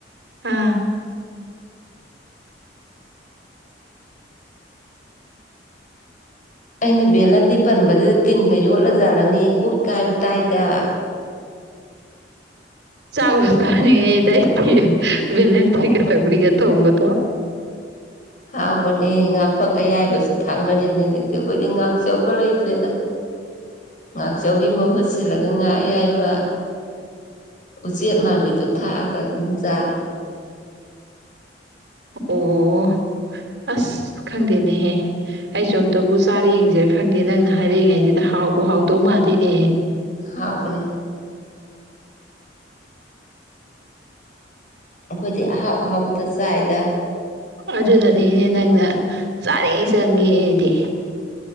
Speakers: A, on the right; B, on the left.
A: ꯑꯥ
B: ꯑꯩꯅ ꯕꯦꯜꯂꯟꯗꯤ ꯄꯟꯕꯁꯤꯗ ꯇꯤꯟꯒ ꯌꯣꯠꯂꯖꯥꯠꯂꯅꯦ ꯀꯨꯠ ꯀꯥꯏꯕ ꯇꯥꯏꯗ
A: ꯆꯥꯕꯨ ꯆꯥꯅꯤꯡꯉꯛꯑꯦꯗ ꯑꯩꯗꯤ ꯕꯦꯂꯦꯟꯗ꯭ꯔꯤꯒ ꯁꯧꯒ꯭ꯔꯤꯒ ꯊꯣꯡꯕꯗꯣ
B: ꯍꯥꯎꯕꯅꯤ ꯉꯥꯐꯛ ꯑꯌꯥꯏꯕꯁꯨ ꯊꯥꯛꯅꯔꯤꯕꯅꯤ ꯍꯧꯖꯤꯛꯇꯤ ꯑꯩꯈꯣꯏꯗꯤ ꯉꯥꯛꯆꯧꯒ ꯂꯩꯇ꯭ꯔꯦꯗ ꯉꯥꯛꯆꯧꯒꯤ ꯃꯍꯨꯠ ꯁꯤꯜꯂꯒ ꯉꯥ ꯑꯌꯥꯏꯕ ꯎꯆꯦꯠ ꯃꯥꯟꯕꯤꯗꯨꯣ ꯊꯥꯛꯑꯒ ꯑꯗꯨꯝ ꯆꯥꯔꯦ
A: ꯑꯣ ꯑꯁ ꯈꯪꯗꯦꯅꯦꯍꯦ ꯑꯩꯁꯨ ꯑꯝꯇꯕꯨ ꯆꯥꯔꯦ ꯌꯦꯡꯁꯦꯔ ꯈꯪꯗꯦ ꯅꯪꯅ ꯍꯥꯏꯔꯛꯏꯉꯩꯁꯤꯗ ꯍꯥꯎꯕ ꯍꯥꯎꯗꯧ ꯃꯥꯜꯂꯤꯅꯦ
B: ꯍꯥꯥꯎꯕꯅꯦ ꯑꯩꯈꯣꯏꯗꯤ ꯑꯍꯥꯎ ꯑꯍꯥꯎꯕꯗ ꯆꯥꯏꯗ
A: ꯑꯗꯨꯅꯅꯤꯅꯦ ꯅꯪꯅ ꯆꯥꯔꯦ ꯆꯪꯉꯦꯗꯤ